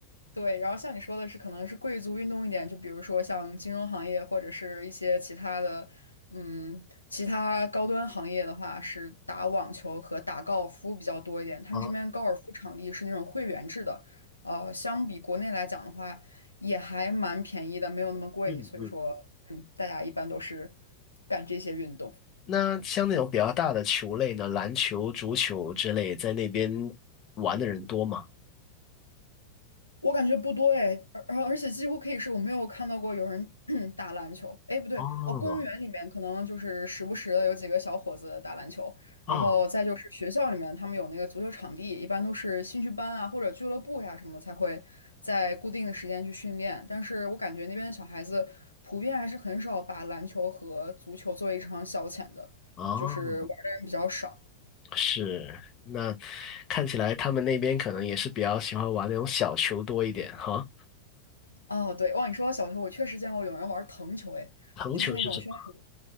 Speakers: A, on the left; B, on the left.
A: 对，然后像你说的是，可能是贵族运动一点，就比如说像金融行业或者是一些其他的，嗯，其他高端行业的话，是打网球和打高尔夫比较多一点。他们这边高尔夫场地是那种会员制的，
B: 啊，
A: 呃，相比国内来讲的话，也还蛮便宜的，没有那么贵。
B: 嗯嗯。
A: 所以说，嗯，大家一般都是干这些运动。
B: 那像那种比较大的球类呢，篮球、足球之类，在那边玩的人多吗？
A: 我感觉不多哎，而而且几乎可以是我没有看到过有人 <clears throat> 打篮球。哎，不对，
B: 哦，
A: 哦，公园里面可能就是时不时的有几个小伙子打篮球，
B: 啊
A: 然后再就是学校里面他们有那个足球场地，一般都是兴趣班啊或者俱乐部呀、什么才会在固定的时间去训练。但是我感觉那边的小孩子普遍还是很少把篮球和足球作为一场消遣的，
B: 哦，
A: 就是玩的人比较少。
B: 是，那看起来他们那边可能也是比较喜欢玩那种小球多一点哈。
A: 哦，对，哇，你说到小球，我确实见过有人玩腾球，哎，
B: 藤球是什么
A: 就是那种需要你